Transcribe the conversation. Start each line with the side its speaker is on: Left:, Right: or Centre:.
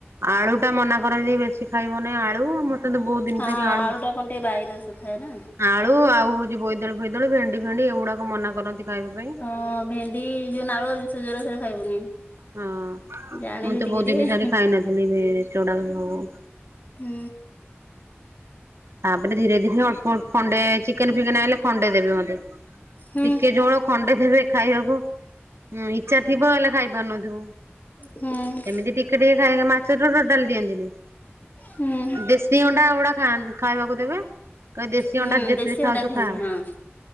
Right: ଆଳୁ ଟା ମନା କରନ୍ତି ବେଶୀ ଖାଇବ ନାହିଁ ଆଳୁ ଆଉ ଏମିତି ବହୁତ ଜିନିଷ
Left: ଆ
Right: ସରେ ଆଳୁ
Left: ଆଳୁଟା କଣ ଟିକେ ବାୟୁ ଦୋଷ ଥାଏ ନା।
Right: ଆଳୁ ଆଉ ହଉଛି ବୋଇତଳୁ ଫଇତାଳୁ ଭେଣ୍ଡି ଭେଣ୍ଡି ଏଗୁଡାକ ମନା କରନ୍ତି ଖାଇବା ପାଇଁ।
Left: ହଁ ଭେଣ୍ଡି ଯୋଉ ନାଳଆ ଜିନିଷ ଯୋଉଟା ସେଗୁରା ଖାଇବୁନି।
Right: ହଁ
Left: ଜାଣିଛି
Right: ମୁଁ ତ
Left: ଟିକେ
Right: ବହୁଉତ
Left: ଟିକେ।
Right: ଦିନ ସାର ଖାଇନଥିଲି ବି ସେଉୁଡାକ ସବୁ।
Left: ହୁଁ
Right: ତାପରେ ଧୀରେ ଧୀରେ ଅଳ୍ପ ଅଳ୍ପ ଖଣ୍ଡେ ଚିକେନ ଫିକେନ୍ ହେଲେ ଖଣ୍ଡେ ଦେବେ ମୋତେ।
Left: ହୁଁ
Right: ଟିକେ ଜୋଳ ଖଣ୍ଡେ ଦେବେ ଖାଇବାକୁ ଇଛା ଥିବ ହେଲେ ଖାଇପାରୁ ନଥିବ।
Left: ହୁଁ
Right: ଏମିତି ଟିକେ ଟିକେ ଖାଇକ ମାଛତ ଟୋଟାଲ ଦିଅନ୍ତିନି।
Left: ହୁଁ।
Right: ଦେଶୀ ଅଣ୍ଡା ଗୁଡା ଖାଇବାକୁ ଦେବେ। କହିବେ ଦେଶୀ
Left: ହୁଁ
Right: ଅଣ୍ଡା ଯେତିି
Left: ଦେଶୀ
Right: ଖାଉଛୁ
Left: ଅଣ୍ଡା ଖାଆନି
Right: ଖା।
Left: ହଁ